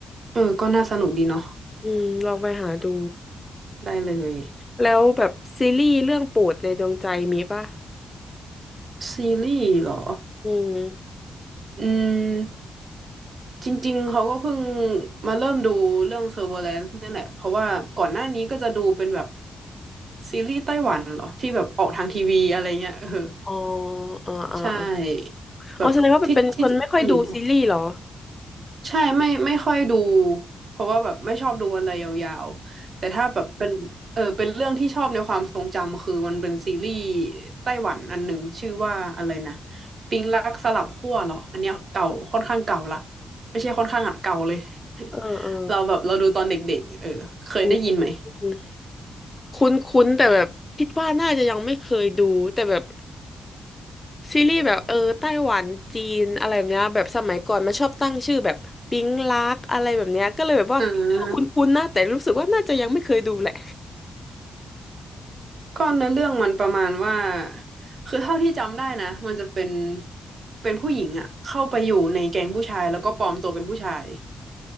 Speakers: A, on the right; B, on the left.
A: เออก็น่าสนุกดีเนาะ
B: อืมลองไปหาดู
A: ได้เลย
B: แล้วแบบซีรีส์เรื่องโปรดในดวงใจมีป่ะ
A: ซีรีส์เหรอ
B: อืม
A: อืม จริงๆ เขาก็เพิ่งมาเริ่มดูเรื่อง Severance นี่แหละ เพราะว่าก่อนหน้านี้ก็จะดูเป็นแบบซีรีส์ไต้หวันเหรอที่แบบออกทางทีวีอะไรเงี้ยเออ
B: อ๋ออ๋ออ๋ออ๋อ
A: ใช่แบบที่ที่อืม
B: อ๋อแสดงว่าเป็นคนไม่ค่อยดูซีรีส์เหรอ
A: ใช่ไม่ไม่ค่อยดูเพราะว่าแบบไม่ชอบดูอะไรยาวๆแต่ถ้าแบบเป็นเออเป็นเรื่องที่ชอบในความทรงจำคือมันเป็นซีรีส์ไต้หวันอันหนึ่งชื่อว่าอะไรนะปิงรักสลับขั้วเหรออันเนี้ยเก่าค่อนข้างเก่าละไม่ใช่ค่อนข้างอะเก่าเลย
B: เออเออ
A: <laughs> เราแบบเราดูตอนเด็กๆเออเคยได้ยินไหม
B: อืม คุ้นๆแต่แบบคิดว่าน่าจะยังไม่เคยดูแต่แบบซีรีส์แบบเออไต้หวันจีนอะไรแบบเนี้ยแบบสมัยก่อนมันชอบตั้งชื่อแบบปิ๊งลักอะไรแบบเนี้ยก็เลยแบบว่าชื่อคุ้นๆนะแต่รู้สึกว่าน่าจะยังไม่เคยดูแหละ
A: อ่า ก็เนื้อเรื่องมันประมาณว่าคือเท่าที่จำได้นะมันจะเป็นเป็นผู้หญิงอะเข้าไปอยู่ในแก๊งผู้ชายแล้วก็ปลอมตัวเป็นผู้ชาย